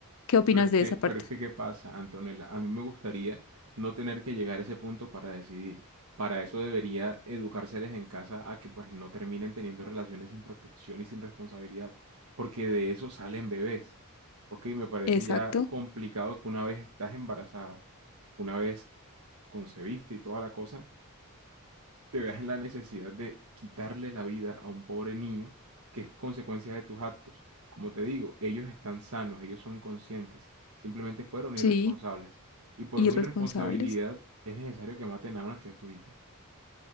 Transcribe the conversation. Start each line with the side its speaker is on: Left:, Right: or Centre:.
Left: ¿Qué opinas
Right: Pero es
Left: de
Right: que,
Left: esa parte?
Right: pero es que, ¿qué pasa, Antonella? A mí me gustaría no tener que llegar a ese punto para decidir. Para eso debería educárseles en casa a que pues no terminen teniendo relaciones sin protección y sin responsabilidad, porque de eso salen bebés. Ok, me parece
Left: Exacto.
Right: ya complicado que una vez estás embarazada, una vez concebiste y toda la cosa, te veas en la necesidad de quitarle la vida a un pobre niño que es consecuencia de tus actos. Como te digo, ellos están sanos, ellos son conscientes, simplemente fueron irresponsables.
Left: Sí.
Right: Y por
Left: irresponsables.
Right: una irresponsabilidad es necesario que maten a una criaturita.